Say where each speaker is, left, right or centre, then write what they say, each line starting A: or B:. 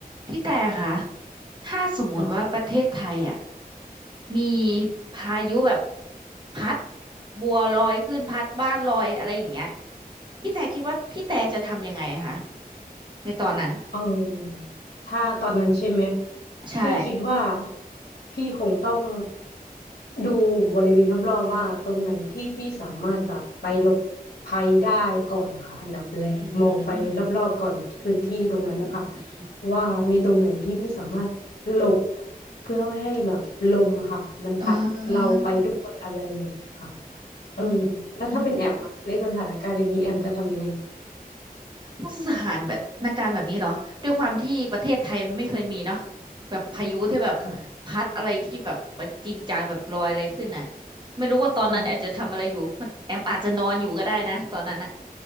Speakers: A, on the right (about 30°); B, on the left (about 80°).
A: พี่แต่คะถ้าสมมติว่าประเทศไทยอ่ะ
B: ค่ะ
A: มีพายุแบบพัดบัวลอยขึ้นพัดบ้านลอยอะไรอย่างเงี้ยพี่แต่คิดว่าพี่แต่จะทำยังไงอะคะในตอนนั้น
B: เออถ้าตอนนั้นใช่ไหม
A: ใช่
B: พี่คิดว่าพี่คงต้องดูบริเวณรอบๆว่าตรงไหนที่พี่สามารถแบบไปหลบภัยได้ก่อนนะคะอันดับแรกมองไปรอบๆก่อนพื้นที่ตรงนั้นนะคะ
A: อืมอืมอืมอืมอืม
B: ว่ามีตรงไหนที่พี่สามารถหลบเพื่อไม่ให้แบบลมอะค่ะมันพัดเราไปด้วยอะไรอย่างเงี้ยค่ะ
A: เออ
B: เออ
A: อืมอืมอืม
B: แล้วถ้าเป็นแอมอะในสถานการณ์อย่างนี้แอมจะทำยังไง
A: มาตรฐานแบบนาการแบบนี้เหรอด้วยความที่ประเทศไทยมันไม่เคยมีเนาะแบบพายุที่แบบพัดอะไรที่แบบมันจริงจังแบบลอยอะไรขึ้นน่ะ
B: ได้ค่ะ
A: ไม่รู้ว่าตอนนั้นแอมจะทำอะไรอยู่มันแอมอาจจะนอนอยู่ก็ได้นะตอนนั้นอะ
B: ค่ะ